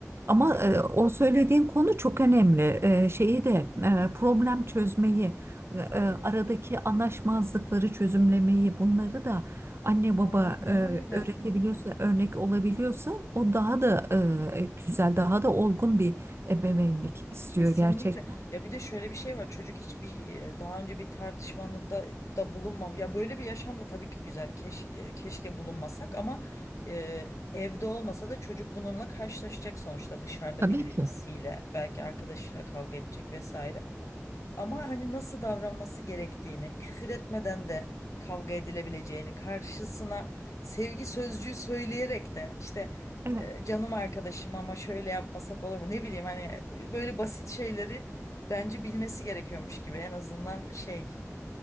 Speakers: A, on the right; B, on the left.
A: Ama
B: tabii
A: e,
B: ki.
A: o söylediğin konu çok önemli. E, şeyi de e, problem çözmeyi, e, e,
B: Evet.
A: aradaki anlaşmazlıkları çözümlemeyi, bunları da anne baba
B: Aynen
A: e,
B: öyle.
A: öğretebiliyorsa, örnek olabiliyorsa o daha da e, e, güzel, daha da olgun bir ebeveynlik istiyor
B: Kesinlikle.
A: gerçekten.
B: Ya bir de şöyle bir şey var. Çocuk hiçbir e, daha önce bir tartışmanı da, da bulunmam. Ya böyle bir yaşam da tabii ki güzel. Keş, e, keşke bulunmasak ama e, evde olmasa da çocuk bununla karşılaşacak sonuçta dışarıda
A: Tabii
B: birisiyle
A: ki.
B: belki arkadaşıyla kavga edecek vesaire. Ama hani nasıl davranması gerektiğini, küfür etmeden de kavga edilebileceğini, karşısına sevgi sözcüğü söyleyerek de işte
A: Evet.
B: e, canım arkadaşım ama şöyle yapmasak olur mu? Ne bileyim hani e, böyle basit şeyleri bence bilmesi gerekiyormuş gibi en azından şey